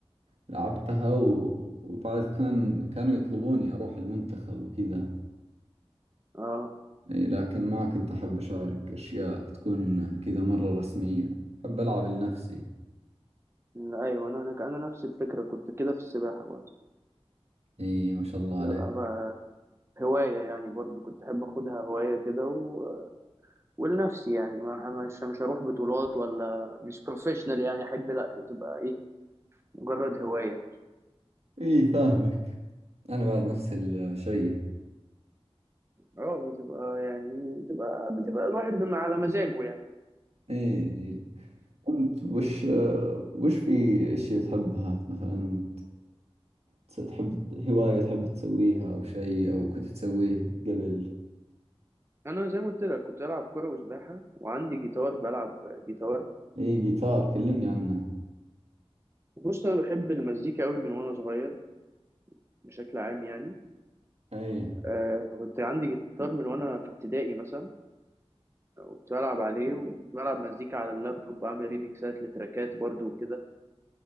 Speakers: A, on the right; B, on the right.
A: لعبتها و... وبعد كان كانوا يطلبوني أروح المنتخب وكذا
B: اه
A: إي، لكن ما كنت أحب أشارك أشياء تكون كذا مرة رسمية أحب ألعب لنفسي
B: م، ايوه انا انا انا نفس الفكرة كنت كده في السباحة برضه
A: إي ما شاء الله
B: كنت
A: عليك
B: بلعبها هواية يعني برضه كنت احب اخدها هواية كده و... ولنفسي يعني ما مش مش هروح بطولات ولا مش بروفيشنال يعني احب لا تبقى ايه مجرد هواية
A: إي فاهمك أنا بعد نفس الشيء
B: اه بتبقى يعني بتبقى بتبقى الواحد بما على مزاجه يعني
A: إي أنت وش وش في أشياء تحبها مثلا تس- تحب هواية تحب تسويها أو شيء أو كنت تسويه قبل
B: انا زي ما قلت لك كنت العب كرة وسباحة وعندي جيتار بلعب جيتار
A: إيه جيتار كلمني عنه
B: بص انا بحب المزيكا قوي من وانا صغير بشكل عام يعني
A: أي
B: آه، فكنت عندي جيتار من وانا في ابتدائي مثلا وكنت بلعب عليه وكنت بلعب مزيكا على اللابتوب بعمل ريميكسات لتراكات برضو وكده